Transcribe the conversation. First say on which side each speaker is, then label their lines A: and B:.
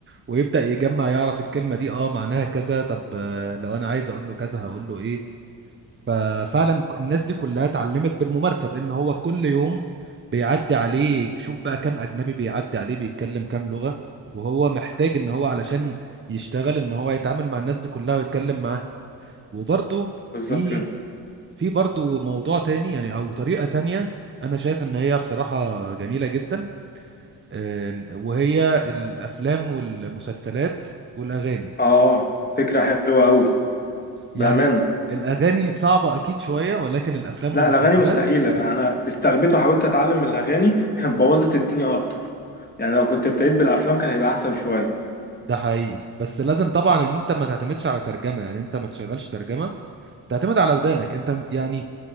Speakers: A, on the right; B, on the left.
A: ويبدا يجمع يعرف الكلمه دي اه معناها كذا طب آه، لو انا عايز اقول له كذا هقول له ايه ففعلا الناس دي كلها اتعلمت بالممارسه بان هو كل يوم بيعدي عليه شوف بقى كام اجنبي بيعدي عليه بيتكلم كام لغه وهو محتاج ان هو علشان يشتغل ان هو يتعامل مع الناس دي كلها ويتكلم معاها وبرده
B: بالظبط
A: في
B: كده
A: في برضه موضوع تاني يعني او طريقه تانيه انا شايف ان هي بصراحه جميله جدا أم، وهي الافلام والمسلسلات والاغاني
B: اه فكره حلوه قوي
A: يعني
B: بامانه
A: ال- الاغاني صعبه اكيد شويه ولكن الافلام
B: لا
A: والمسلسلات
B: الاغاني مستحيله انا استغبيت وحاولت اتعلم من الاغاني <laughs> بوظت الدنيا اكتر يعني لو كنت ابتديت بالافلام كان هيبقى احسن شويه
A: ده حقيقي بس لازم طبعا ان انت ما تعتمدش على ترجمه يعني انت ما تشغلش ترجمه تعتمد على ودانك انت م- يعني